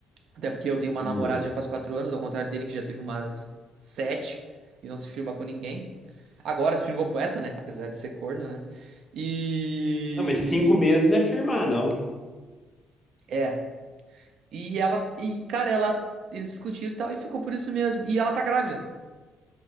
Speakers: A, on the right (about 75°); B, on the left (about 25°).
A: Até porque eu tenho uma
B: Né?
A: namorada já faz quatro anos, ao contrário dele, que já teve umas sete e não se firma com ninguém. Agora se firmou com essa, né? Apesar de ser corno, né? E.
B: Não, mas cinco meses não é firmar, não.
A: É. E ela. E, cara, ela. Eles discutiram e tal, e ficou por isso mesmo. E ela tá grávida.